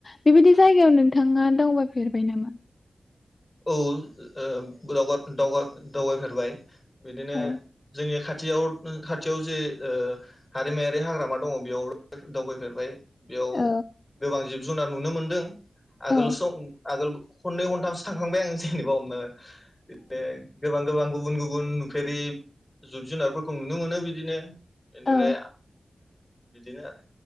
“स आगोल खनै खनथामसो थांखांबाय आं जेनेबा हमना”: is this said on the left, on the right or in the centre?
Left